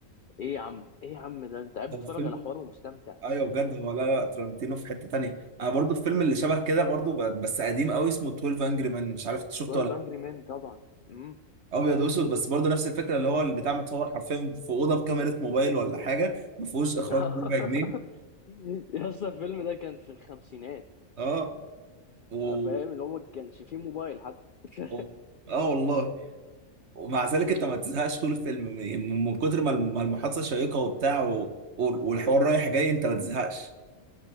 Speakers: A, on the left (about 60°); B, on the right (about 60°).
A: ايه يا عم ايه يا عم ده انت قاعد
B: هو
A: بتتفرج
B: فيلم
A: على حوار ومستمتع
B: ايوه بجد هو لا لا ترنتينو في حته تانية انا برضو الفيلم اللي شبه كده برضو ب- بس قديم قوي اسمه 12 انجري مان مش عارف إنت شفته
A: 12
B: ولا لأ.
A: انجري مان طبعا امم
B: ابيض واسود بس برضو نفس الفكره اللي هو البتاع متصور حرفيا في اوضه بكاميرا موبايل ولا حاجه ما فيهوش اخراج
A: <laughs>
B: بربع جنيه
A: يا اسطى الفيلم ده كان في الخمسينات
B: اه و...
A: فاهم اللي هو ما كانش فيه موبايل حتى <laughs>
B: و... اه والله ومع ذلك انت ما تزهقش طول الفيلم من من كتر ما الم- ما المحادثه شيقه وبتاع و... وال- والحوار رايح جاي انت ما تزهقش